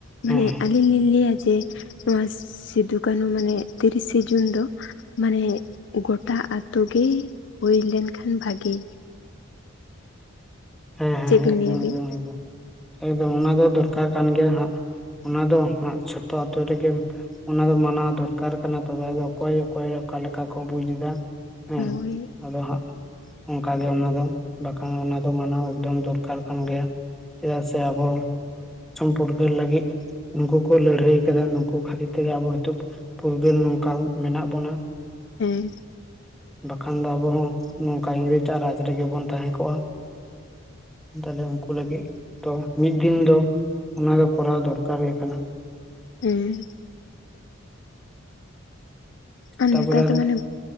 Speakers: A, on the left; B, in the centre.
A: ᱢᱟᱱᱮ
B: ᱦᱮᱸ
A: ᱟᱹᱞᱤᱧ ᱞᱤᱧ ᱞᱟᱹᱭᱟ ᱡᱮ ᱱᱚᱣᱟ ᱥᱤᱫᱩ ᱠᱟᱹᱱᱩ ᱢᱟᱱᱮ ᱛᱤᱨᱤᱥᱮ ᱡᱩᱱ ᱫᱚ ᱢᱟᱱᱮ ᱜᱚᱴᱟ ᱟᱛᱳ ᱜᱮ ᱦᱩᱭ ᱞᱮᱱᱠᱷᱟᱱ ᱵᱷᱟᱜᱮ
B: ᱦᱮᱸ ᱦᱮᱸ
A: ᱪᱮᱫ
B: ᱦᱮᱸ
A: ᱵᱤᱱ
B: ᱮᱠᱫᱚᱢ
A: ᱞᱟᱹᱭ ᱟᱹᱵᱤᱱ
B: ᱮᱠᱫᱚᱢ ᱮᱠᱫᱚᱢ ᱮᱠᱫᱚᱢ ᱚᱱᱟ ᱫᱚ ᱫᱚᱨᱠᱟᱨ ᱠᱟᱱ ᱜᱮᱭᱟ ᱦᱟᱸᱜ ᱚᱱᱟ ᱫᱚ ᱡᱷᱚᱛᱚ ᱟᱛᱳ ᱨᱮᱜᱮ ᱚᱱᱟ ᱫᱚ ᱢᱟᱱᱟᱣ ᱫᱚᱨᱠᱟᱨ ᱠᱟᱱᱟ ᱛᱚᱵᱮ ᱚᱠᱚᱭ ᱚᱠᱚᱭ ᱚᱠᱟ ᱞᱮᱠᱟ ᱠᱚ ᱵᱩᱡᱽ ᱮᱫᱟ ᱦᱮᱸ
A: ᱦᱳᱭ
B: ᱟᱫᱚ ᱦᱟᱸᱜ ᱚᱱᱠᱟᱜᱮ ᱚᱱᱟ ᱫᱚ ᱵᱟᱠᱷᱟᱱ ᱢᱟᱱᱟᱣ ᱮᱠᱫᱚᱢ ᱫᱚᱨᱠᱟᱨ ᱠᱟᱱ ᱜᱮ ᱪᱮᱫᱟᱜ ᱟᱵᱚ ᱯᱷᱩᱨᱜᱟᱹᱞ ᱞᱟᱹᱜᱤᱫ ᱱᱩᱠᱩ ᱠᱚ ᱞᱟᱹᱲᱦᱟᱹᱭ ᱠᱟᱫᱟ ᱱᱩᱠᱩ ᱠᱷᱟᱹᱛᱤᱨ ᱛᱮᱜᱮ ᱟᱵᱚ ᱱᱤᱛᱚᱜ ᱯᱷᱩᱨᱜᱟᱹᱞ ᱱᱚᱝᱠᱟ ᱢᱮᱱᱟᱜ ᱵᱚᱱᱟ
A: ᱦᱮᱸ
B: ᱵᱟᱠᱷᱟᱱ ᱫᱚ ᱟᱵᱚ ᱦᱚᱸ ᱱᱚᱝᱠᱟ ᱤᱝᱨᱮᱡᱽ ᱟᱟᱜ ᱨᱟᱡᱽ ᱨᱮᱜᱮ ᱵᱚᱱ ᱛᱟᱦᱮᱸ ᱠᱚᱜᱼᱟ ᱛᱟᱦᱞᱮ ᱩᱱᱠᱩ ᱞᱟᱹᱜᱤᱫ ᱛᱚ ᱢᱤᱫ ᱫᱤᱱ ᱫᱚ ᱚᱱᱟ ᱫᱚ ᱠᱚᱨᱟᱣ ᱫᱚᱨᱠᱟᱨ ᱜᱮ ᱠᱟᱱᱟ
A: ᱦᱮᱸ ᱟᱨ
B: ᱛᱟᱯᱚᱨᱮ
A: ᱱᱮᱛᱟᱨ
B: ᱟᱨᱚ
A: ᱫᱚ ᱢᱟᱱᱮ